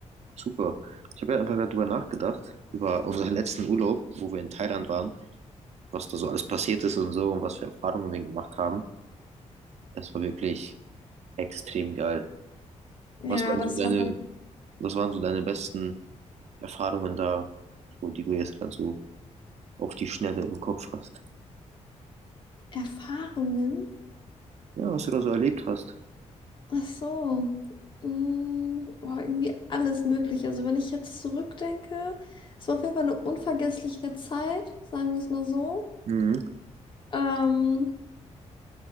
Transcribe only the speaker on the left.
Ja,
das
waren
Erfahrungen.
Ach so. Mm, boah, irgendwie alles Mögliche. Also wenn ich jetzt zurückdenke, es war auf jeden Fall eine unvergessliche Zeit, sagen wir es mal so.
Ähm,